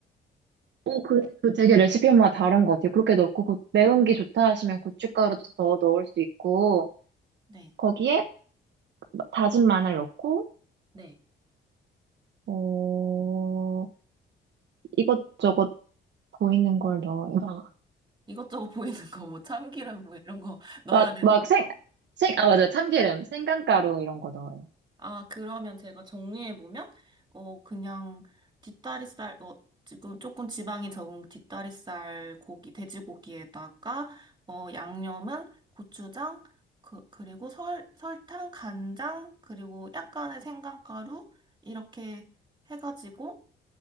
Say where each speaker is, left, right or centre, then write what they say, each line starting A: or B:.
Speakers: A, on the right (about 65°); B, on the right (about 20°).
A: 오, 그, 그 되게 레시피마다 다른 것 같아요. 그렇게 넣고 고- 매운 게 좋다 하시면 고춧가루도 더 넣을 수 있고
B: 네.
A: 거기에 다진 마늘 넣고
B: 네.
A: 어, 이것저것 보이는 걸 넣어요.
B: 이것저것 보이는 거 뭐 참기름 뭐 이런 거 <laughs> 넣어야
A: 막,
B: 되는
A: 막 생, 생, 아, 맞아. 요 참기름, 생강가루 이런 거 넣어요.
B: 아, 그러면 제가 정리해보면, 어, 그냥 뒷다리살, 어, 지금 조금 지방이 적은 뒷다리살 고기, 돼지고기에다가, 어, 양념은 고추장, 그, 그리고 설, 설탕, 간장, 그리고 약간의 생강가루, 이렇게 해가지고,